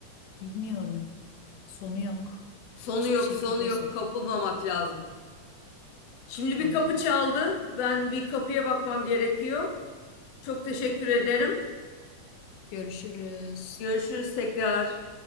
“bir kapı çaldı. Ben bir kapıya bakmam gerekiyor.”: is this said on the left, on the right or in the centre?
Left